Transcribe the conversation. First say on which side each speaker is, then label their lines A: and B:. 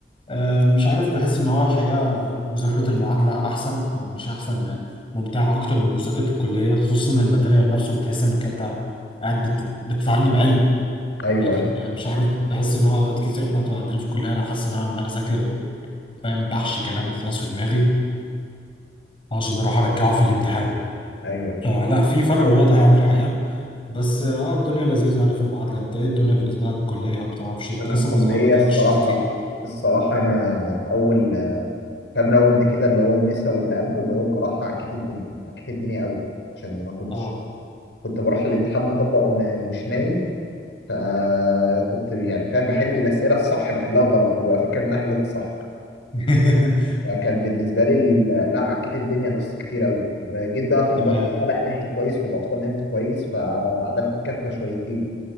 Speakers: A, on the left (about 30°); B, on the left (about 90°).
A: آه، مش عارف بحس ان هو الحقيقه مذاكره المعادله احسن او مش احسن ممتعه اكتر من مذاكره الكليه خصوصا إن الماتيريال نفسه بتحس انك انت قاعد بت- بتتعلم علم
B: ايوه
A: لكن
B: ايوه
A: مش عارف بحس ان هو اوقات كتير احنا بتبقى عندنا في الكليه انا حاسس ان انا عمال اذاكر فاهم بحشي كلام وخلاص في دماغي عشان اروح ارجعه في الامتحان
B: ايوه
A: فلا في فرق واضح يعني الحقيقه بس اه آه، الدنيا لذيذه يعني في المعادله انت ايه الدنيا بالنسبه لك الكليه وبتعرفش انت
B: انا
A: لسه
B: الكليه
A: ما ز- ما بداتش
B: الصراحه
A: تحضير
B: الصراحه انا في اول كام راوند كده اللي هو النسا واللي قبله اللي هو الجراحه عكيت الدنيا عكيت الدنيا قوي عشان ما كنتش
A: اه
B: كنت بروح الامتحان مطبق وانا ومش نايم فكنت يعني فاهم بحل الاسئله الصح بحلها غلط وببقى فاكر ان انا حليت صح
A: <laughs>
B: فكان بالنسبه لي ال- لا عكيت الدنيا نقصت كتير قوي جيت بقى في البطنه
A: تمام
B: لا نمت كويس في الاطفال نمت كويس فعدلت الكفه شويتين